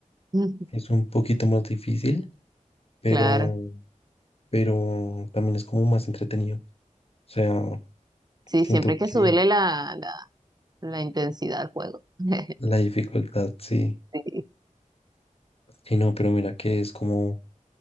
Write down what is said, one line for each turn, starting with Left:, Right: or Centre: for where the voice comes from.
Right: <laughs>
Left: es un poquito más difícil, pero,
Right: Claro.
Left: pero también es como más entretenido. O sea,
Right: Sí,
Left: siento
Right: siempre hay
Left: que
Right: que subirle la, la, la intensidad al juego. <laughs>
Left: la dificultad sí,
Right: Sí.
Left: sí no, pero mira que es como